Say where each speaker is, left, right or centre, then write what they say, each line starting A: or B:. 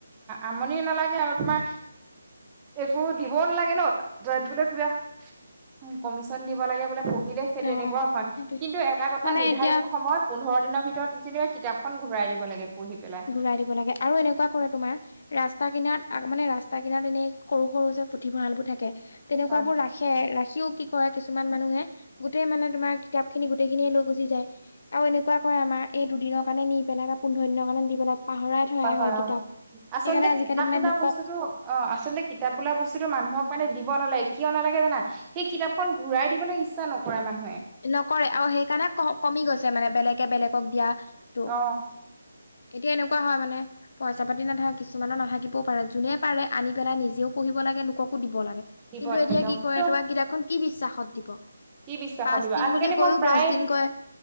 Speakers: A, on the right; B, on the left.
A: আমনিও নালাগে আৰু তোমাৰ একো দিবও নালাগে ন যত বোলে কিবা উম কমিশন দিব লাগে বোলে ব নিলে সেই
B: অ
A: তেনেকুৱা নহয়
B: সেইটোৱে
A: কিন্তু এটা কথা
B: মানে
A: নিৰ্ধাৰিত
B: এতিয়া
A: সময়ত পোন্ধৰ দিনৰ ভিতৰত যেনিবা কিতাপখন ঘূৰাই দিব লাগে পঢ়ি পেলাই
B: ঘুৰাই দিব লাগে আৰু এনেকুৱা কৰে তোমাৰ ৰাস্ত ৰাস্তা কিনাৰত মানে ৰাস্তা কিনাৰ এনে সৰু সৰু যে পুথিভঁৰাল বোৰ থাকে তেনেকুৱা
A: হয়
B: বোৰ ৰাখে। সিও কি কৰে কিছুমান মানুহে গোটেই মানে তোমাৰ কিতাপ খিনি গোটেই খিনিয়ে লৈ গুচি যায় আৰু এনেকুৱা ক আমাৰ এই দুদিন কাৰণে নি পেলাই বা পোন্ধৰ দিনৰ কাৰণে দি পেলাই পাহৰাই থোৱা
A: হয় হয়
B: কিতাপ
A: অ আচলতে
B: সেইকাৰণে আজিকালি
A: কিতাপ
B: মানে
A: বোলা
B: লোকক
A: বস্তুটো অ আচলতে কিতাপ বোলা বস্তুটো মানুহক দিব নালাগে কিয় নালাগে জানা সেই কিতাপখন ঘূৰাই দিবলৈ ইচ্ছা নকৰে মানে।
B: নকৰে আৰু সেইকাৰণে ক কমি গৈছে মানে বেলেগে বেলেগক দিয়াটো।
A: অ
B: এতিয়া এনেকুৱা হয় মানে পইচা পাতি নাথাকে। কিছুমানৰ নাথাকিবও পাৰে যোনে পাৰে আনি পেলাই নিজেও পই দিব লাগে লোককো দিব লাগে। কিন্তু
A: দিব লাগে
B: এতিয়া কি
A: কিন্তু
B: কৰে তোমাৰ কিতাপখন কি বিশ্বাসত দিব।
A: কি বিশ্বাসত
B: পাঁচ
A: দিব
B: দিন
A: আজিকালি
B: বুলি কৈও
A: মই প্ৰায়
B: দহ দিন কয়